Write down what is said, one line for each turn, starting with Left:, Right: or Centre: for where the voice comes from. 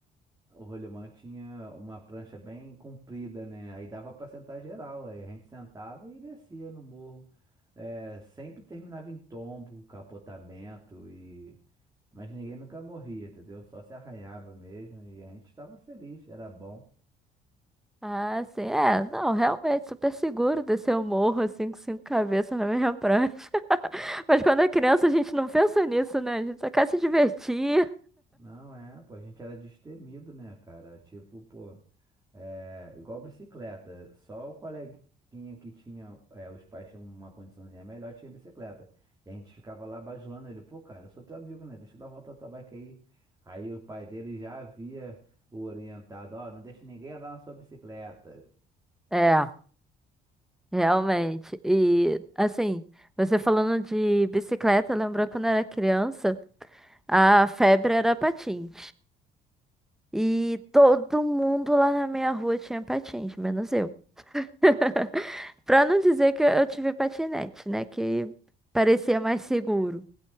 Right: O rolimã tinha uma prancha bem comprida, né? Aí dava pra sentar geral. Aí a gente sentava e descia no morro. É, sempre terminava em tombo, capotamento e. Mas ninguém nunca morria, entendeu? Só se arranhava mesmo e a gente estava feliz, era bom.
Centre: Ah, sim, é. Não, realmente, super seguro descer o morro assim com cinco cabeças na mesma prancha. <laughs> Mas quando é criança a gente não pensa nisso, né? A gente só quer se divertir.
Right: Não é, pô, a gente era destemido, né, cara? Tipo, pô. É, igual bicicleta, só o coleguinha que tinha, é, os pais tinham uma condiçãozinha melhor, tinha bicicleta. E a gente ficava lá bajulando ele, pô, cara, eu sou teu amigo, né? Deixa eu dar uma volta na tua bike aí. Aí o pai dele já havia o orientado, ó, não deixa ninguém andar na sua bicicleta.
Centre: É, realmente. E, assim, você falando de bicicleta, lembrou quando eu era criança, a febre era patins. E todo mundo lá na minha rua tinha patins, menos eu. <laughs> Pra não dizer que eu tive patinete, né? Que parecia mais seguro.